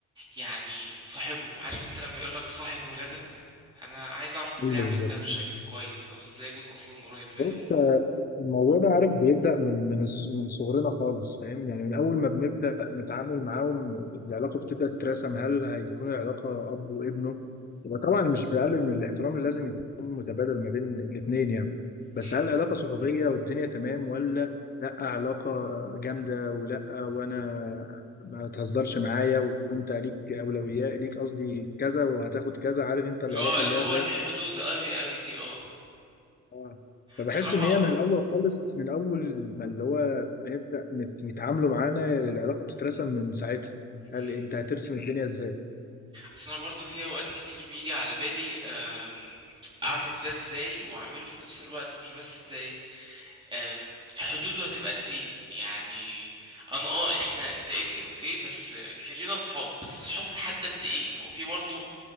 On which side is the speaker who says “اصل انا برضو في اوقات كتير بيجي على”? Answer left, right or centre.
Right